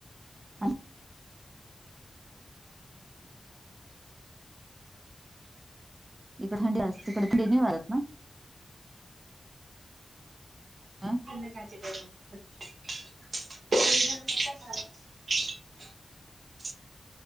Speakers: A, on the right; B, on the right.
A: <unintelligible> इकडे थंडी असते तिकडे थंडी नाही वाजत ना? ह
B: संद काच प <unintelligible> <unintelligible>